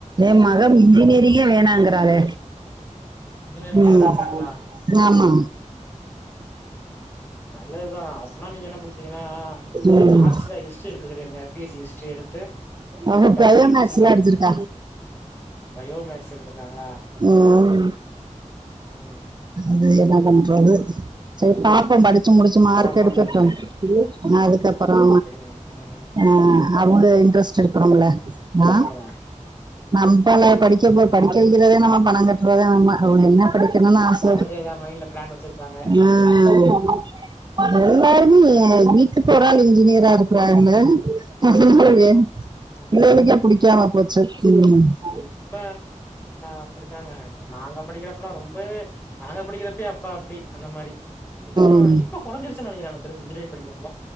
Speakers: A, on the right (about 35°); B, on the left (about 15°).
A: என் மகம் இன்ஜினியரிங்கே வேணாங்குறாளே
B: இன்ஜினியரிங்கே
A: ம்
B: வேணான்றாங்களா
A: ஆமா
B: நல்லது தான் அப்டின்னா நீங்க என்ன பண்ங்கன்னா
A: ம்
B: ஆர்ட்ஸ் ஹிஸ்ட்ரி எடுக்க சொல்லிடுங்க எ பிஎஸ்சி ஹிஸ்ட்ரி எடுத்து
A: அவ பயோ
B: டி என்
A: மேக்ஸ்
B: பி எஸ் சி
A: இல்ல
B: படி
A: எடுத்திருக்கா
B: பயோமேக்ஸ் எடுத்திருக்காங்களா
A: உம்
B: ம்
A: அது என்ன பண்றது சரி பாப்போ படிச்சு
B: சேரி
A: முடிச்சு மார்க்
B: வா வா
A: எடுக்கட்டோ
B: அண்ணன்ட்ட
A: அதுக்கப்பறோ
B: ஆ
A: ஆ அவங்க இன்ட்ரெஸ்ட் இருக்கணும்ல ஆ
B: அவ்ளோதா
A: நம்பலா படிக்கப்போ படிக்க இத இத நம்ம பணம் கட்டுறதே நம்ம அவுங்க என்ன படிக்கணுனு ஆச
B: அவங்க ஏதா மைண்ட்ல பிளான் வச்சிருப்பாங்க
A: ஆ
B: ஆஹா,
A: எல்லாருமே எ வீட் இப்ப ஒராள் இன்ஜினியரா இருக்கறாங்க அதனால
B: ஆமா
A: வேலக்
B: ஆமா
A: வேலைக்கே புடிக்காம <unintelligible>
B: இப்ப அப்பிடித்தாங்க இப்ப நாங்க படிக்கிறப்பல்லா ரொம்பவே நாங்க படிக்கிறப்பயே அப்பா அப்டி அந்த மாரி இப்பெல்லாம்
A: ம்
B: இப்ப கொறஞ்சுருச்சி நெனைக்கிற எனக் தெரிஞ்சி இன்ஜினியரிங் படிக்கறவங்களா